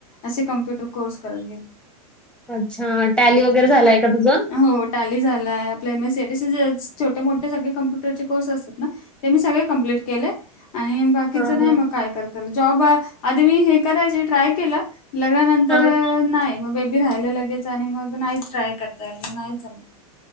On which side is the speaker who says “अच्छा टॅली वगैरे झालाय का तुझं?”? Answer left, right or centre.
Centre